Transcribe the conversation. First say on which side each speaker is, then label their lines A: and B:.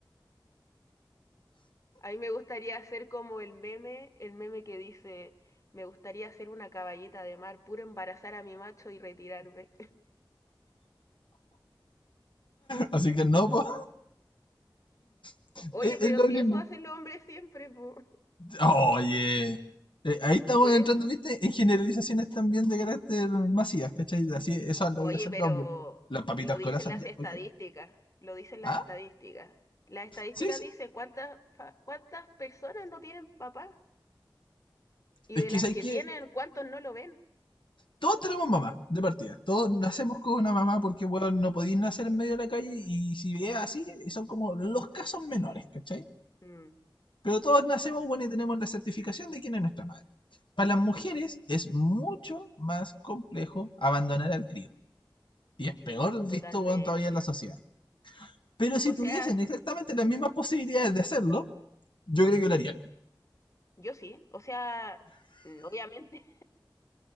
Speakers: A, on the left; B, on the left.
A: A mí me gustaría hacer como el meme, el meme que dice, me gustaría ser una caballeta de mar, puro embarazar a mi macho y retirarme.
B: Así que no, po,
A: <laughs>
B: <laughs>
A: Oye,
B: es,
A: pero
B: es lo
A: si
B: mismo.
A: eso hacen los hombres siempre, po,
B: Oye. Eh, ahí estamos
A: por
B: entrando,
A: eso.
B: ¿viste? En generalizaciones también de carácter masivas, ¿cachai? Así, eso lo
A: Oye,
B: voy a hacer
A: pero
B: los hombres. Los papitos
A: lo
B: corazón,
A: dicen las
B: ya,
A: estadísticas,
B: ¿ok?
A: lo dicen las
B: Ah,
A: estadísticas. Las estadísticas
B: sí, sí.
A: dicen cuántas, fa- cuántas personas no tienen papá y
B: Es
A: de
B: que
A: las
B: ¿sabes
A: que
B: que
A: tienen, cuántos no lo ven.
B: todos tenemos mamá, de partida. Todos nacemos con una
A: Sí,
B: mamá porque, bueno, no podéis nacer en medio de la calle y si veas así, son como los casos menores,
A: sí,
B: ¿cachai?
A: mm,
B: Pero todos nacemos, bueno, y tenemos la certificación de quién es nuestra madre. Para las mujeres es mucho más complejo abandonar al crío. y es
A: sí,
B: peor
A: pues totalmente.
B: visto weón, todavía en la sociedad. Pero si
A: O sea,
B: tuviesen exactamente las mismas posibilidades
A: ujú,
B: de hacerlo, yo creo
A: ujú,
B: que lo harían.
A: yo sí, o sea, mm, obviamente